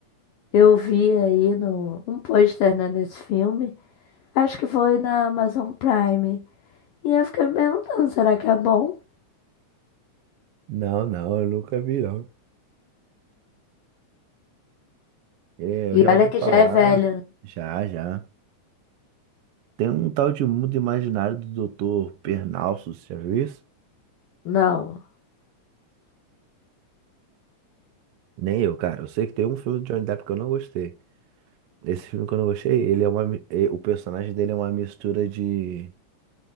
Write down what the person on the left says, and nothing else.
Eu vi aí no, um pôster, né, desse filme. Acho que foi na Amazon Prime. E eu fiquei me perguntando, será que é bom?
E
olha
que
já é velho,
né?
Não.